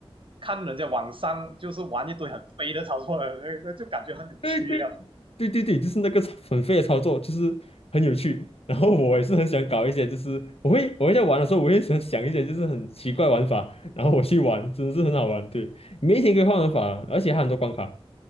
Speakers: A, on the right; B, on the left.
A: 看人家网上就是玩一堆很飞的操作，<laughs> 那那就感觉很有趣一样。
B: 对对对对对，就是那个很废的操作，就是很有趣。然后我也是很想搞一些，就是我会我会在玩的时候，我会想想一些就是很奇怪玩法，然后我去玩，真的是很好玩。对，每一天可以换玩法，而且还有很多关卡，